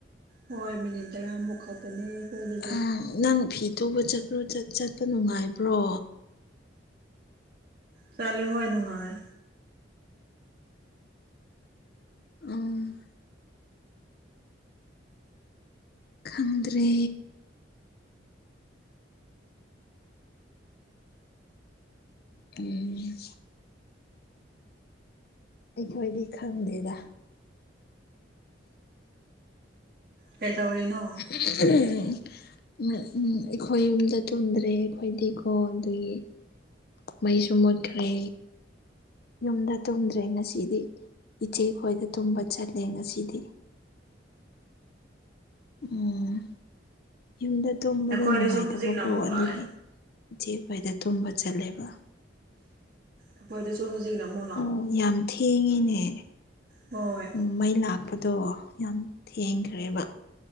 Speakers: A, on the right; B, on the left.
A: ꯍꯣꯏ ꯃꯤꯅꯤꯠ ꯇꯔꯥꯃꯨꯛ ꯈꯛꯇꯅꯦ ꯑꯩꯈꯣꯏꯗꯗꯤ
B: ꯎ ꯅꯪ ꯐꯤ ꯇꯨꯕ ꯆꯠꯄ꯭ꯔꯣ ꯆꯠꯄ ꯅꯨꯡꯉꯥꯏꯕ꯭ꯔꯣ
A: ꯆꯠꯂꯦ ꯍꯣꯏ ꯅꯨꯡꯉꯥꯏ
B: ꯎꯝ ꯈꯪꯗ꯭ꯔꯦ ꯎꯝ ꯑꯩꯈꯣꯏꯗꯤ ꯈꯪꯗꯦꯗ
A: ꯀꯩ ꯇꯧꯔꯤꯅꯣ
B: ꯑꯣ ꯎ ꯑꯩꯈꯣꯏ ꯌꯨꯝꯗ ꯇꯨꯝꯗ꯭ꯔꯦ ꯑꯩꯈꯣꯏꯗꯤꯀꯣ ꯑꯗꯨꯒꯤ ꯃꯩꯁꯨ ꯃꯨꯠꯈ꯭ꯔꯦ ꯌꯨꯝꯗ ꯇꯨꯝꯗ꯭ꯔꯦ ꯉꯁꯤꯗꯤ ꯏꯆꯦ ꯈꯣꯏꯗ ꯇꯨꯝꯕ ꯆꯠꯂꯦ ꯉꯁꯤꯗꯤ ꯎꯝ ꯌꯨꯝꯗ ꯇꯨꯝꯕꯗ
A: ꯑꯩꯈꯣꯏꯗꯁꯨ
B: ꯅꯨꯡꯉꯥꯏꯇꯕꯀꯣ
A: ꯍꯧꯖꯤꯛꯅ ꯑꯃꯨꯛ
B: ꯑꯗꯨꯒꯤ
A: ꯂꯥꯛꯑꯦ
B: ꯏꯆꯦ ꯈ꯭ꯣꯏꯗ ꯇꯨꯝꯕ ꯆꯠꯂꯦꯕ
A: ꯑꯩꯈꯣꯏꯗꯁꯨ ꯍꯧꯖꯤꯛꯅ ꯃ
B: ꯑꯣ ꯌꯥꯝ ꯊꯦꯡꯉꯤꯅꯦ
A: ꯍꯣꯏ
B: ꯎꯝ ꯃꯩ ꯂꯥꯛꯄꯗꯣ ꯌꯥꯝ ꯊꯦꯡꯈ꯭ꯔꯦꯕ